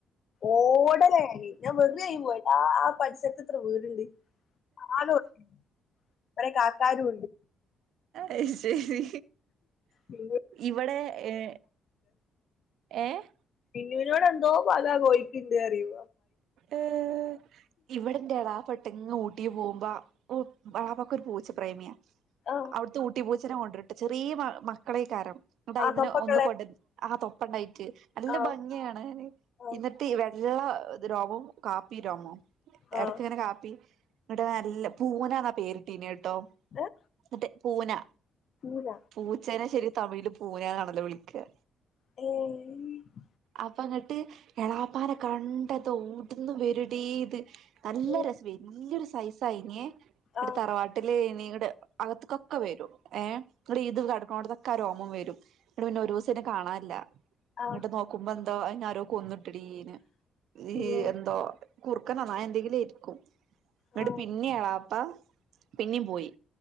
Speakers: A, on the left; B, on the right.
A: ഓടെലാഞാൻ ഞാൻ വെറുതെ അങ്ങ് പോയി ആ പരിസെരത്തെത്ര വീട്ണ്ട് ആളുണ്ട് കൊറേ കാക്കാരൂണ്ട്
B: അയ്ശെരി
A: പിന്നെന്തോ
B: ഇവടെ ഏഹ് ഏഹ്
A: മിന്നൂനോടെന്തോ പക കോഴിക്ക്ണ്ട് പറ്യോ
B: ഏഹ് ഇവിടെന്റെളാപ്പട്ട്ങ്ങെ ഊട്ടീ പോവുമ്പാ ഉം ബാവാക്കൊര് പൂച്ച പ്രേമ്യാ
A: ആ
B: അവ്ട്ത്തെ ഊട്ടീ പൂച്ചെനെ കൊണ്ട് ചെറ്യേ മ മക്കളേക്കാരം ന്നട്ടയ്ന്നെനെ
A: ആ പപ്പക്കളെ
B: ഒന്ന് കൊണ്ടന്ന് ആ തൊപ്പണ്ടായിട്ട് നല്ല
A: ആ
B: ഭംങ്ങ്യാണ്
A: ആ
B: ഇന്നത്തീ വെള്ള രോമും കാപ്പി രോമും
A: ആ
B: എട്ക്ക്ങ്ങെനെ കാപ്പി ങ്ങെട് നല്ല പൂനാ ന്നാ പേരിട്ടീന്യേ ട്ടോ
A: ഏ
B: ന്നട്ട് പൂനാ
A: പൂന
B: പൂ ച്ചെനെ ശെരി തമിഴ്ല് പൂനാന്നാണല്ലോ വിളിക്കാ
A: ഏഹീ
B: അപ്പങ്ങെട്ട് എളാപ്പാനെ കണ്ടതോട്ന്ന് വരുടീത് നല്ല
A: ഏ
B: രെസം വെല്ല്യൊരു സൈസായിന്യേ വ്ടെ
A: ആ
B: തറവാട്ട്ലേനി <unintelligible> അകത്ത്ക്കൊക്കെ വെരും ഏം ന്നടീത് കെട്ക്ക്ണോട്ത്തക്കാ രോമം വെരും ന്നട്പിന്നൊരൂസയ്നെ കാണാല്ലാ
A: ആ
B: ന്നട്ട് നോക്കുമ്പെന്തോ അയ്നാരോ കൊന്ന്ട്ടെടീനെ ഈ
A: അയ്യോ
B: എന്തോ കുർക്കനോ നായെന്തെങ്കിലും ഇര്ക്കും ന്നെട്ട്
A: ആ
B: പിന്നെ എളാപ്പ പിന്നേം പോയി